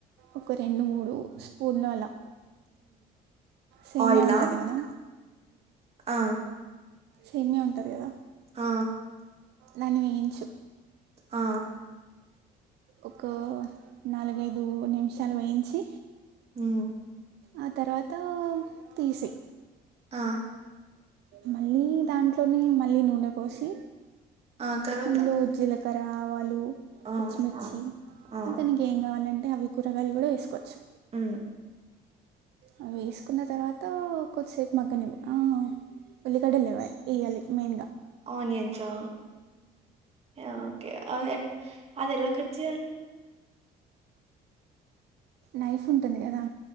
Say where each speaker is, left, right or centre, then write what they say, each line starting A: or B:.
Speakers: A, on the right (about 75°); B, on the right (about 35°).
A: ఒక రెండు మూడు స్పూన్లు అలా సేమియా
B: ఆయిలా
A: ఉంటుంది కదా
B: ఆ
A: సేమ్యా ఉంటది కదా
B: ఆ
A: దాన్ని వేయించు
B: ఆ
A: ఒక నాలుగైదు నిమిషాలు వేయించి
B: ఊ
A: ఆ తర్వాత తీసై
B: ఆ
A: మళ్ళీ దాంట్లోనే మళ్ళీ నూనె పోసి
B: ఆ తర్వాత
A: అందులో‌ జీల కరా ఆవాలు
B: ఆ
A: పచ్చిమిర్చి
B: ఆ ఆ
A: ఇంకా నీకెం కావాలం అంటే అవి కూరగాయలు కూడా వేసుకోవచ్చు
B: ఊ
A: అవి వేసుకున్న తర్వాత కొద్దిసేపు మగ్గనివ్వు ఆ ఉల్లిగడ్డ లేవ ఇయ్యాలి మెయిన్గా
B: ఓనియన్స్ ఆ యా ఓకే అ ఎ అది ఎలా కట్ చేయాలి
A: నైఫ్ ఉంటుంది కదా